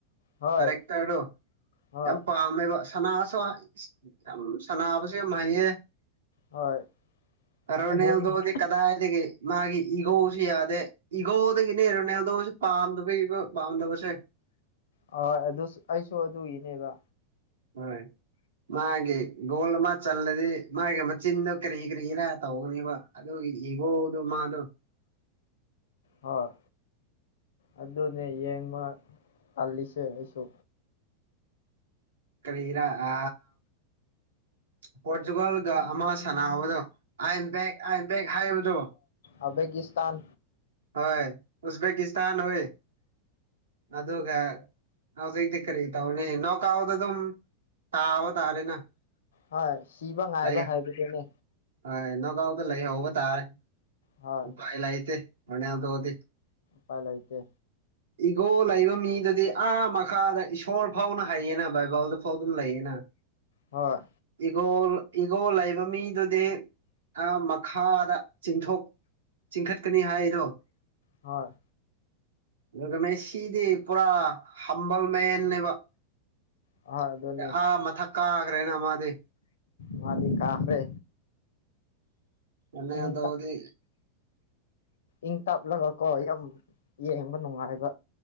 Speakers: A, on the left; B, on the right.
A: ꯍꯣꯏ
B: ꯀꯔꯦꯛꯇꯔꯗꯣ
A: ꯍꯣꯏ
B: ꯌꯥꯝ ꯄꯥꯝꯃꯦꯕ ꯁꯅꯥꯁꯨ ꯌꯥꯝ ꯁꯥꯟꯅꯥꯕꯁꯨ ꯌꯥꯝ ꯍꯪꯉꯦ
A: ꯍꯣꯏ
B: ꯀꯔꯣꯅꯦꯦꯝꯗꯣꯗꯤ
A: ꯑꯗꯨꯅꯤ
B: ꯀꯗꯥꯇꯒꯦ ꯃꯥꯒꯤꯤ ꯏꯒꯣ ꯁꯤ ꯌꯥꯗꯦ ꯏꯒꯣꯗ ꯀꯅꯦꯔꯅꯦꯗꯣ ꯄꯥꯝꯗꯕ ꯄꯥꯝꯗꯕꯁꯦ
A: ꯍ ꯑꯗꯨ ꯑꯩꯁꯨ ꯑꯗꯨꯏꯅꯦꯕ
B: ꯍꯣꯏ ꯃꯥꯒꯤ ꯒꯣꯜ ꯃꯥ ꯆꯜꯂꯗꯤ ꯃꯥꯒꯤ ꯃꯆꯤꯟꯗꯣ ꯀꯔꯤ ꯀꯔꯤꯔꯥ ꯇꯧꯒꯅꯦꯕ ꯑꯗꯨꯒꯤ ꯏꯒꯣꯗꯣ ꯃꯥꯗꯣ
A: ꯍꯣꯏ ꯑꯗꯨꯅꯦ ꯌꯦꯡꯕ ꯇꯜꯂꯤꯁꯦ ꯑꯩꯁꯨ
B: ꯀꯔꯤꯔ ꯑ ꯄꯣꯔꯇꯨꯒꯥꯜꯒ ꯑꯃ ꯁꯥꯟꯅꯕꯗꯣ ꯑꯥꯏꯦꯝꯕꯦꯛ ꯑꯥꯏꯦꯝꯕꯦꯛ ꯍꯥꯏꯕꯗꯣ
A: ꯑꯐꯦꯀꯤꯁꯇꯥꯟ
B: ꯍꯣꯏ ꯎꯖꯕꯦꯛꯀꯤꯁꯇꯥꯟ ꯍꯣꯏ ꯑꯗꯨꯒ ꯍꯗꯩꯗꯤ ꯀꯔꯤ ꯇꯅꯦ ꯅꯧꯀꯥꯎꯗ ꯑꯗꯨꯝ ꯇꯥꯕ ꯇꯥꯔꯦꯅ
A: ꯍ ꯁꯤꯕ ꯉꯥꯏꯕ
B: ꯂꯩ
A: ꯍꯥꯏꯕꯗꯨꯅꯦ
B: ꯍꯣꯏ ꯅꯣ ꯀꯥꯎꯗ ꯂꯩ ꯍꯕ ꯇꯥꯔꯦ
A: ꯍꯣꯏ
B: ꯎꯄꯥꯏ ꯂꯥꯏꯇ ꯃꯅ ꯇꯗꯤ
A: ꯄꯥꯥꯏ ꯂꯩꯥꯏꯇꯦ
B: ꯏꯒꯣ ꯂꯩꯕ ꯃꯤꯗꯨꯗꯤ ꯑꯥ ꯃꯈꯥꯗ ꯏꯁꯣꯔ ꯐꯥꯎꯅ ꯍꯥꯏꯩꯌꯦꯅ ꯕꯥꯕꯜꯗ ꯐꯥꯎ ꯑꯗꯨꯝ ꯂꯩꯌꯦꯅ
A: ꯍꯣꯏ
B: ꯏꯒꯣ ꯏꯒꯣ ꯂꯩꯕ ꯃꯤꯗꯨꯗꯤ ꯃꯈꯥꯗ ꯆꯤꯡꯊꯣꯛ ꯆꯤꯡꯈꯠꯀꯅꯤ ꯍꯥꯏꯔꯣ
A: ꯍꯣꯏ
B: ꯑꯗꯨꯒ ꯃ ꯁꯤꯗꯤ ꯄꯨꯔꯥ ꯍꯝꯕꯜ ꯃꯅꯦꯦꯕ
A: ꯍꯣꯏ ꯑꯗꯨꯅꯦ
B: ꯑꯥ ꯃꯊꯛ ꯀꯥꯈ꯭ꯔꯦꯅ ꯃꯥꯗꯤ
A: ꯃꯥꯗꯤ ꯀꯥꯈ꯭ꯔꯦ
B: ꯔꯣꯅꯥꯜꯗꯣꯗꯤ
A: ꯏꯪ ꯏ ꯇꯞꯂꯒꯀꯣ ꯌꯥꯝ ꯌꯦꯡꯕ ꯅꯨꯡꯉꯥꯏꯕ